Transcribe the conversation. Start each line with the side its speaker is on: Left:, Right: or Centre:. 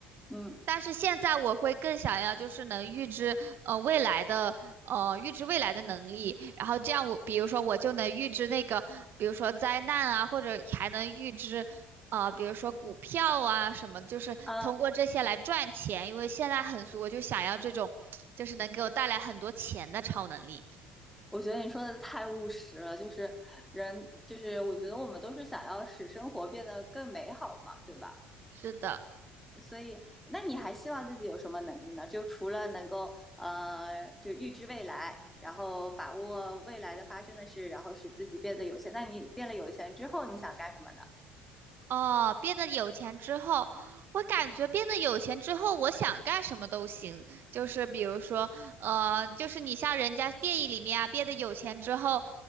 Centre: 嗯
Right: 但是现在我会更想要就是能预知呃未来的呃预知未来的能力，然后这样我比如说我就能预知那个比如说灾难啊，或者还能预知呃比如说股票啊什么，就是通过这些来赚钱，
Centre: 啊，
Right: 因为现在很俗，我就想要这种就是能给我带来很多钱的超能力。
Centre: 我觉得你说的太务实了，就是人，就是我觉得我们都是想要使生活变得更美好嘛，对吧？
Right: 是的。
Centre: 所以，那你还希望自己有什么能力呢？就除了能够呃，就预知未来，然后把握未来的发生的事，然后使自己变得有钱。那你变了有钱之后，你想干什么呢？
Right: 哦，变得有钱之后，我感觉变得有钱之后，我想干什么都行。就是比如说，呃，就是你像人家电影里面啊，变得有钱之后，